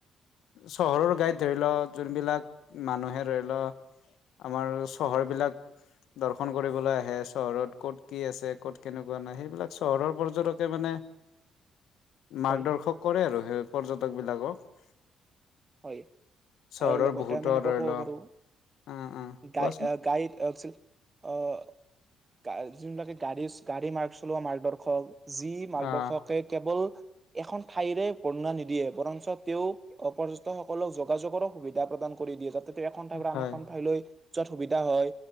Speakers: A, on the left; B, on the right.
A: চহৰৰ গাইত ধৰি লও যোনবিলাক, মানুহে ধৰি ৰেলৰ আমাৰ চহৰবিলাক দৰ্শন কৰিবলৈ আহে চহৰত ক'ত কি আছে ক'ত কেনেকুৱা নাই সেইবিলাক চহৰৰ পৰ্যটকে মানে। মাৰ্গদৰ্শক
B: হয়
A: কৰে আৰু। <unintelligible> পৰ্যটক বিলাকক।
B: হয়,
A: চহৰৰ
B: আৰু লগতে
A: বহুতো
B: আমি এনেকুৱা
A: ধৰি
B: ক'ব
A: লও
B: পাৰো
A: অ অ
B: গাই
A: কোৱাচোন
B: - অ' - গাইড অ ছিল, অ' গা - যোনিলাকে গাড়ী - গাড়ী মাৰ্ক চলোৱা মাৰ্গ দৰ্শক যি মাৰ্গদৰ্শকে
A: অ
B: কেৱল এখন ঠাইৰে বৰ্ণনা নিদিয়ে বৰঞ্চ তেওঁ অপৰজ ত সকলক যোগাযোগৰো সুবিধা প্ৰদান কৰি দিয়ে তাত তাতে এখন ঠাইৰ পৰা
A: হয়
B: আন এখন ঠাইলৈ যত সুবিধা হয়